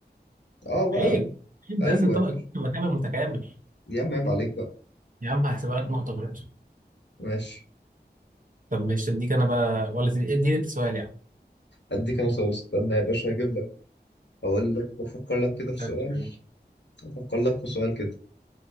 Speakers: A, on the left; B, on the right.
A: اه بقى
B: عيب عيب
A: ايوه
B: ده لازم طبق
A: يا باشا
B: يكون تبقى كامل متكامل
A: يا عم عيب عليك بقى
B: يا عم هحسبها لك نقطة برضه
A: ماشي
B: طب ماشي أديك أنا بقى ولا تدي- اديني أنت سؤال يا عم
A: اديك انا سؤال استنى يا باشا هجيب لك هقول لك بفكر لك كده في سؤال
B: طب ماشي.
A: افكر لك في سؤال كده